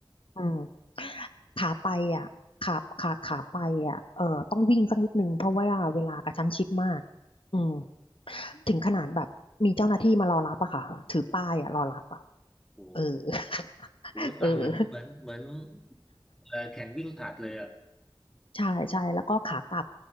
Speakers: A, on the left (about 80°); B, in the centre.
A: อืมขาไปอ่ะขาขาขาไปอ่ะเออต้องวิ่งสักนิดนึงเพราะว่าเวลากระชั้นชิดมากอืมถึงขนาดแบบมีเจ้าหน้าที่มารอรับอะค่ะถือป้ายอะรอรับอะ
B: โอ้โห
A: เออ <laughs>
B: โอ้โหฟังเหมือนเหมือนเหมือน
A: เออ
B: เอ่อแข่งวิ่งผลัดเลยอ่ะ
A: ใช่ใช่แล้วก็ขากลับ